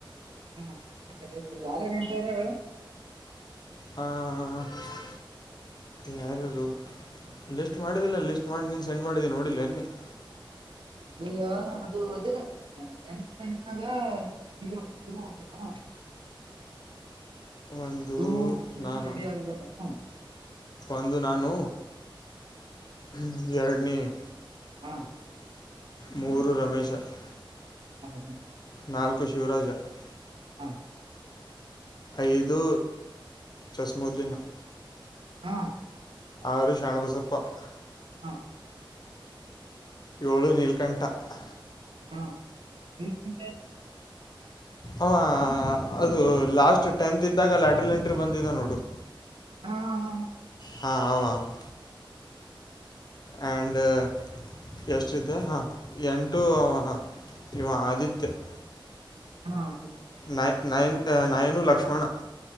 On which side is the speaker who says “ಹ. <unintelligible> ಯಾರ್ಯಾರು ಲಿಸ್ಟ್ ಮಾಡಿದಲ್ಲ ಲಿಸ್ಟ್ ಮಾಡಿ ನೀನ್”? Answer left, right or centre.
Left